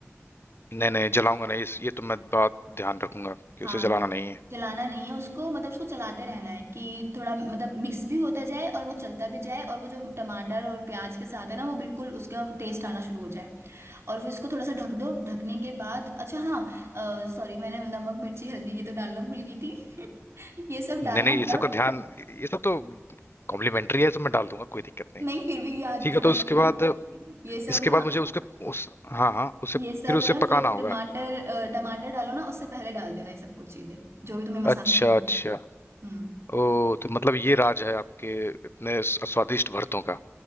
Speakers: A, on the left; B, on the right.
A: नहीं नहीं जलाऊंगा नहीं इस ये तो मैं बात ध्यान रखूंगा कि
B: हाँ
A: उसे जलाना नहीं है
B: चलाना नहीं है उसको मतलब उसको चलाते रहना है कि थोड़ा मतलब मिक्स भी होता जाए और वो चलता भी जाए और वो जो टमाटर और प्याज के साथ है ना वो बिल्कुल उसका टेस्ट आना शुरू हो जाए और फिर इसको थोड़ा सा ढक दो ढकने के बाद अच्छा हाँ सॉरी मैंने नमक मिर्ची हल्दी ये तो डालना भूल गई थी <laughs> ये सब डालना
A: नहीं नहीं ये
B: जब
A: सब का ध्यान ये सब तो कॉम्प्लीमेंट्री है ये सब मैं डाल दूंगा कोई दिक्कत नहीं
B: नहीं फिर भी याद
A: ठीक
B: ध्यान
A: है तो उसके
B: रखना
A: बाद
B: कि ये सब
A: इसके
B: ना
A: बाद मुझे उसके उस हाँ हाँ उसे
B: ये सब
A: फिर उसे
B: ना जब
A: पकाना
B: टमाटर
A: होगा
B: अ, टमाटर डालो ना उससे पहले डाल देना ये सब कुछ चीजें जो भी तुम्हें मसाला
A: अच्छा
B: डालना
A: अच्छा
B: है। हम्म
A: ओ तो मतलब ये राज है आपके इतने स- स्वादिष्ट भरतों का